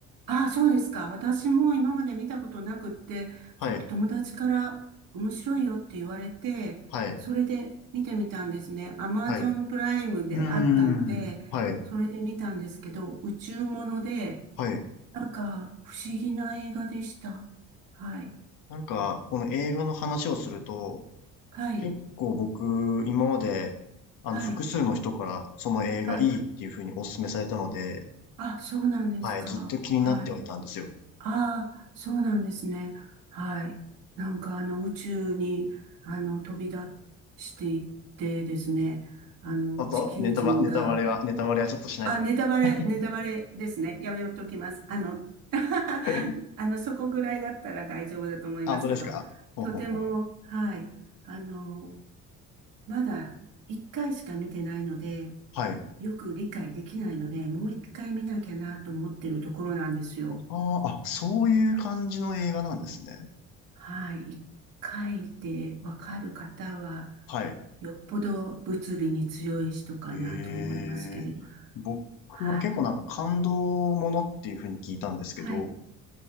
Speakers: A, on the right (about 75°); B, on the left (about 70°).
A: ああ、そうですか。私も今まで見たことなくって、
B: はい、
A: ちょっと友達から面白いよって言われて、
B: はい、
A: それで見てみたんですね。アマゾンプライムであったので、
B: はい。うーん、はい、
A: それで見たんですけど、宇宙もので、
B: はい。
A: なんか不思議な映画でした。はい。
B: なんか、この映画の話をすると、
A: はい。
B: 結構僕、今まで、あの、
A: はい。
B: 複数の人からその映画いいっていう風にお勧めされたので、
A: はい。あ、そうなんですか。
B: はい、ずっと気になってはいたんですよ。
A: はい。ああ、そうなんですね。はい。なんかあの宇宙にあの飛び出していってですね、あの地球人が、
B: あと、ネタバ、ネタバレは、ネタバレはちょっとしないでください。
A: あ、ネタバレ、ネタバレですね。やめときます。あの、<laughs>
B: <laughs>
A: あの、そこぐらいだったら大丈夫だと思いますけど、
B: あ、本当ですかほうほうほうほう
A: とても、はい。あの、まだ一回しか見てないので、
B: はい。
A: よく理解できないので、もう一回見なきゃなと思ってるところなんですよ。
B: あーあ、そういう感じの映画なんですね。
A: はい。一回でわかる方は、
B: はい。
A: よっぽど物理に強い人かなと思いますけれど。
B: ええ、僕は結構なんか感動ものっていうふうに聞いたんですけど、
A: はい。はい。